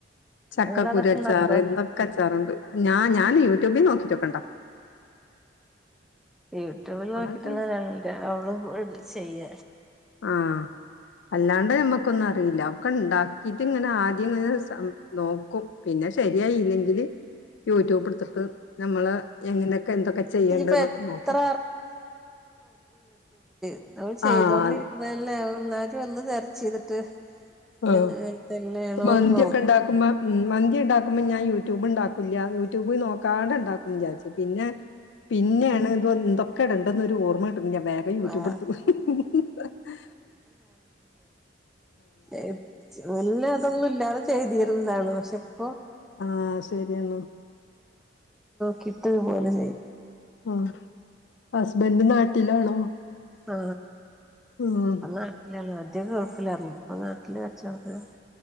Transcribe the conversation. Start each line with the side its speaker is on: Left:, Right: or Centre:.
Left: ചക്കക്കുരുച്ചാറ്
Centre: നിങ്ങള് അതൊക്കെ ഉണ്ടാക്കോ
Left: എന്തൊക്കെച്ചാറുണ്ട് ഞാ ഞാൻ യൂട്യൂബിൽ നോക്കിട്ടൊക്കെ ഉണ്ടാക്കും
Centre: യൂട്യൂബിൽ നോക്കിട്ടുള്ള
Left: അതൊക്കെ
Centre: ഞങ്ങ അവള് ചെയ്യ
Left: ആഹ് അല്ലാണ്ട് ഞമ്മക്കൊന്നും അറിയില്ല ഒക്കെ ഉണ്ടാക്കിട്ട് ഇങ്ങനെ ആദ്യം ഇങ്ങനെ സം നോക്കും പിന്നെ ശരിയായില്ലെങ്കില് യൂട്യൂബ്ടുത്തിട്ട് നമ്മള് എങ്ങനെയൊക്കെ എന്തൊക്കെ ചെയ്യേണ്ടന്നൊക്കെ
Centre: ഇനിയിപ്പോ എത്ര
Left: നോക്കും
Centre: നമ്മള് ചെയ്തോണ്ടിരിക്കുന്നല്ല
Left: ആഹ്
Centre: എന്നാലും ഒന്ന് സെർച്ച ചെയ്തിട്ട് ഇതല്ലേ
Left: അ
Centre: തന്നെയാണോന്ന്
Left: മന്തിയൊക്കെ
Centre: നോക്കും
Left: ഉണ്ടാക്കുമ്പ മ് മന്തി ഉണ്ടാക്കു മുമ്പ ഞാൻ യൂട്യൂബ് ഉണ്ടാക്കൂല്ല യൂട്യൂബ് നോക്കാണ്ട് ണ്ടാക്കുംന്ന് അ വിചാരിച്ച പിന്നെ പിന്നെയാണ് ഇ എന്തൊക്കെ ഇടണ്ടെ ന്നൊരുഓർമ്മ ഞാൻ വേഗം യൂട്യൂബ്
Centre: ആഹ്
Left: എടുത്ത ഹ് ഹ് ഹ
Centre: തെ മുന്നെ അതൊന്നുംല്ലാതെ ചെയ്തീരുന്നതാണ് പക്ഷെ ഇപ്പോ
Left: ആഹ് ശരിയണോ
Centre: കിട്ടണ് പോലെ ചെയ്
Left: ആഹ് ഹസ്ബൻഡ് നാട്ടിലാണോ
Centre: ആ
Left: ഉം
Centre: ഇപ്പ നാട്ടിലാള്ളത് മറ്റേ ഗൾഫിലായിരുന്നു ഇപ്പ നാട്ടില് കച്ചടക്കല്ല കു